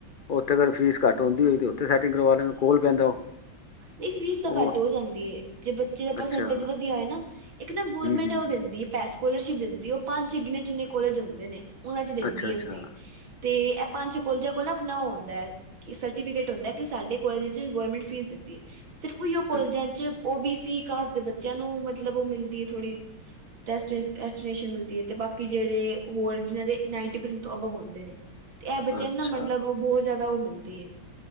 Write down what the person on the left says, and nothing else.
ਉੱਥੇ ਅਗਰ ਫੀਸ ਘੱਟ ਹੁੰਦੀ ਹੋਈ ਤੇ ਉਥੇ ਸੈਟਿੰਗ ਕਰਵਾ ਲਣ ਕੋਲ ਪੈਂਦਾ ਉਹ।
ਉਹ
ਅੱਛਾ ਹੂੰ
ਹੂੰ
ਅੱਛਾ ਅੱਛਾ
ਅ-
ਅੱਛਾ